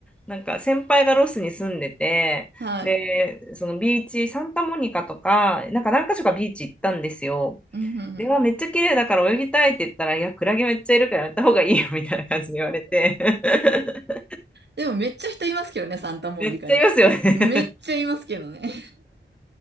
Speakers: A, in the centre; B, on the right (about 55°).
A: なんか先輩がロスに住んでて、
B: はい。
A: で、そのビーチ、サンタモニカとか、なんか何か所かビーチ行ったんですよ。
B: うんうんうん。
A: で、わめっちゃ綺麗だから泳ぎたいって言ったら、いや、クラゲめっちゃいるからやった方がいいよみたいな感じで言われて。<laughs>
B: でもめっちゃ人いますけどね、サンタモニカに。
A: めっちゃいますよね。
B: めっちゃいますけどね。<laughs>